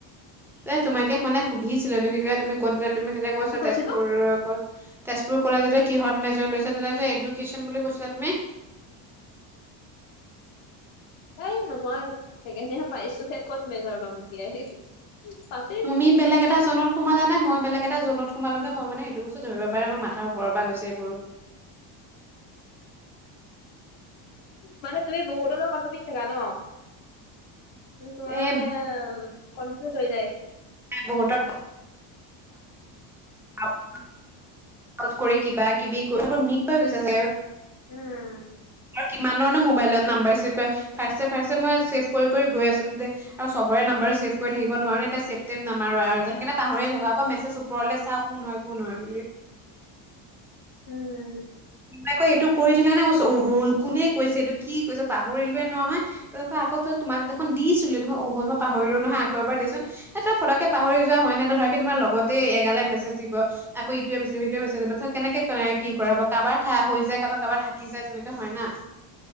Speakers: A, in the centre; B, on the left (about 65°).
A: এ তোমাকে সনাই সুধিছিলোটো কি কয় তুমি ক'ত তুমি তেতিয়া কৈছা
B: কি কৈছিলো
A: তেজপুৰ তেজপুৰ কলেজতে কিহঁত মেজৰ লৈছা ত এডুকেশ্যন বুলি কৈছিলা তুমি।
B: এই নহয়। ছেকেণ্ড ইয়েৰৰ পাইছো হে ক'ত মেজৰ ল'ম এতিয়াই। <unintelligible>
A: তুমি বেলেগ এটা জনৰ সোমালে নে মই বেলেগ এটা জোনত সোমালোগে। মই মানে সেইটো বস্তু ধৰিব পাৰে মই মাথা ওপৰ পৰা গৈছে এইবোৰ।
B: মানে তুমি বহুত লগত কথাপাতি থাকা ন? তোমাৰ
A: এ
B: মানে কনফিউজ হৈ যায়।
A: এ বহুতৰ <unintelligible> কৰি কিবা কিবি <unintelligible> মিক হৈ গৈছে চাগে।
B: উম।
A: কিমানৰনো মোৱাইলত নাম্বাৰ ছেভ হয় ফাৰ্ষ্টে ফাৰ্ষ্টে মই ছেভ কৰি কৰি গৈ আছিলো দে আৰু চবৰে নাম্বাৰ ছেভ কৰি থাকিব নোৱাৰ এতিয়া ছেভ টেব নাম্বাৰ আৰু সেইকাৰে পাহৰি থাকো আকৌ মেচেজো ওপৰলৈ চাও কোন হয় কোন হয় বুলি।
B: উম।
A: তাই ক এইটো কৰি দিলা নাই মই অহল কোনে কৈছে এইটো কি কৈছে পাহৰিলোৱে নহয়। তেনেকা আকৌ তোমাক দেখোন দিছিলোঁ দেখোন অওল মই পাহৰিলো নহয় আকৌ এবাৰ দেচোন। এ তই ফটকে পাহৰি যোৱা হয় ন তাতকে তোমাৰ লগতেই এগালে মেছেজ দিব। আকৌ ইটোৱে মেছেজ সিটোৱে মেছেজ দিব থেত কেনেকে কোনে কি কৰে বা কাৰোবাৰ ঠাই হৈ যায় কাৰোবাৰ কাৰোবাৰ থাকি যায় তেনেকে হয় না।